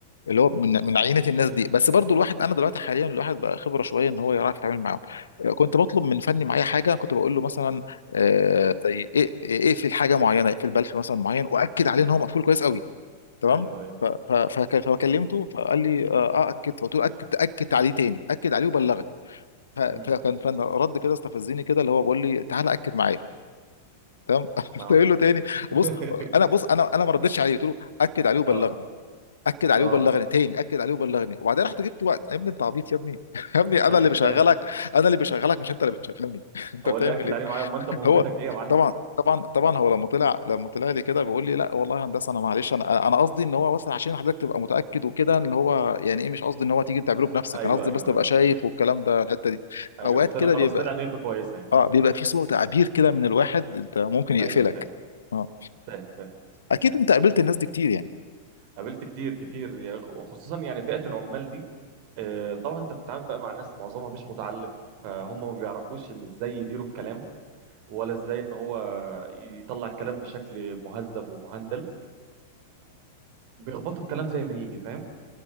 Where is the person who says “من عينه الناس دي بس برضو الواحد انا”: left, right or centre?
Left